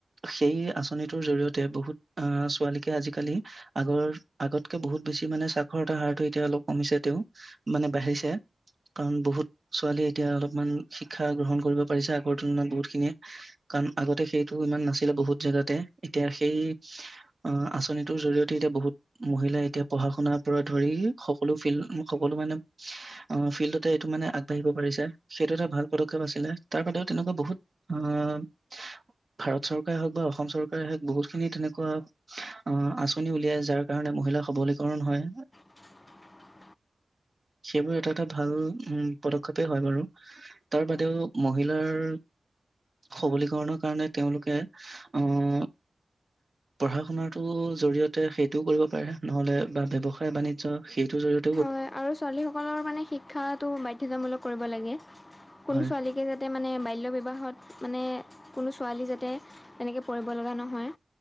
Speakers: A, on the right; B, on the left.
A: সেই আঁচনিটোৰ জৰিয়তে বহুত আহ, ছোৱালীকে আজিকালি আগৰ, আগতকে বহুত বেছি মানে চখৰ এটা হাৰটো এতিয়া অলপ কমিছে তেওঁ মানে বাঢ়িছে, কাৰণ বহুত ছোৱালীয়ে এতিয়া অলপ ইমান শিক্ষা গ্ৰহণ কৰিব পাৰিছে, আগৰ তুলনাত বহুত খিনিয়ে। কাৰণ আগতে সেইটো ইমান নাছিলে বহুত জেগাতে এতিয়া সেই অ', আঁচনিটোৰ জৰিয়তে এতিয়া বহুত মহিলাই এতিয়া পঢ়া শুনাৰ পৰা ধৰি, সকলো ফিল্ড সকলো মানে অ', ফিল্ডতে এইটো মানে আগবাঢ়িব পাৰিছে। সেইটো এটা ভাল পদক্ষেপ আছিলে। তাৰ বাদেও তেনেকুৱা বহুত আহ ভাৰত চৰকাৰে হওক বা অসম চৰকাৰে হওক বহুতখিনি তেনেকুৱা অ', আঁচনি উলিয়াইছে যাৰ কাৰণে মহিলাৰ সবলীকৰণ হয়।
B: <inaudible>
A: সেইবোৰ এটা এটা ভাল উম, পদক্ষেপে হয় বাৰু। তাৰ বাদেও মহিলাৰ সবলীকৰণৰ কাৰণে তেওঁলোকে আহ পঢ়া শুনাৰটো জৰিয়তে সেইটোও কৰিব পাৰে নহলে বা ব্যৱসায় বানিজ্য সেইটোৰ জৰিয়তে
B: হয় আৰু ছোৱালীসকলৰ মানে শিক্ষাটো বাধ্যতামূলক কৰিব লাগে, কোনো
A: হয়,
B: ছোৱালীকে মানে বাল্য বিবাহত মানে কোনো ছোৱালী যাতে তেনেকৈ পৰিব লগা নহয়।